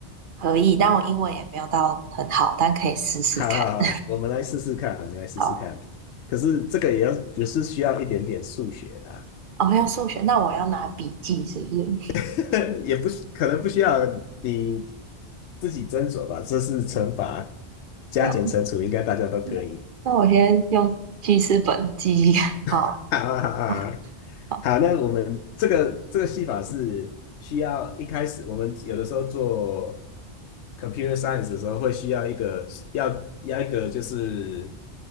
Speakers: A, on the right (about 55°); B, on the left (about 80°).
A: 可以，但我英文也没有到很好，但可以试试看。
B: <laughs> 好好好，
A: <laughs>
B: 我们来试试看，我们来试试看。
A: 好，
B: 可是这个也要也是需要一点点数学啦。
A: 哦，要数学，那我要拿笔记，是不是？
B: <laughs> 也不可能不需要你自己斟酌吧，这是乘法加减乘除，
A: <laughs> 那
B: 应该大家都可以。
A: 那那我先用记事本记一下。好，
B: <laughs> 好啊，好啊，
A: <laughs> 哦好，
B: 好，那我们这个这个戏法是需要一开始，我们有的时候做 computer science 的时候会需要一个要要一个就是